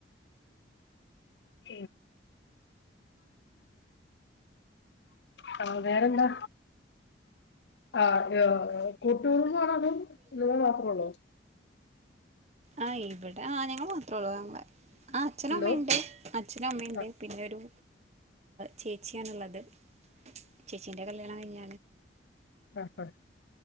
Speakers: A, on the left; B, on the right.
A: <inaudible> ഹലോ വേറെന്താ ആഹ ആഹ കൂട്ടുകുടുംബം ആണോ അതോ നിങ്ങൾ മാത്രം ഒള്ളോ
B: ആ ഇവിടെ ആഹ് ഞങ്ങൾ മാത്രേ ഉള്ളൂ താങ്കളെ ആ അച്ഛനും
A: എന്തോ
B: അമ്മയുണ്ട് അച്ഛനും അമ്മയുണ്ട്.
A: ആ
B: പിന്നെ ഒരു ചേച്ചിയാണുള്ളത്. ചേച്ചീന്റെ കല്യാണം കഴിഞ്ഞ്.
A: ആഹ് ആഹ്